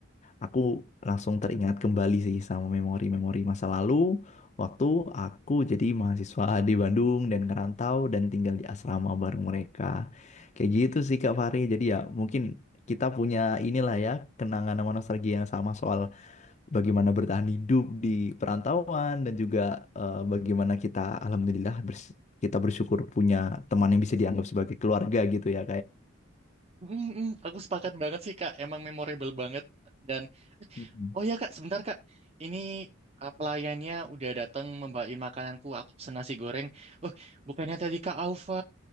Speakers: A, on the left; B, on the right.
A: Aku langsung teringat kembali sih sama memori-memori masa lalu waktu aku jadi mahasiswa di Bandung dan ngerantau dan tinggal di asrama bareng mereka. Kayak gitu sih Kak Fahri. Jadi ya mungkin kita punya inilah ya kenangan sama nostalgia yang sama soal bagaimana bertahan hidup di perantauan dan juga eh, bagaimana kita alhamdulillah bers- kita bersyukur punya teman yang bisa dianggap sebagai keluarga gitu ya
B: Mm, mm, aku sepakat banget sih Kak, emang memorable banget dan
A: kayak.
B: Oh iya kak, sebentar kak. Ini uh, pelayannya udah datang membawain makananku. Aku pesen nasi goreng. Oh, bukannya tadi kak Alfa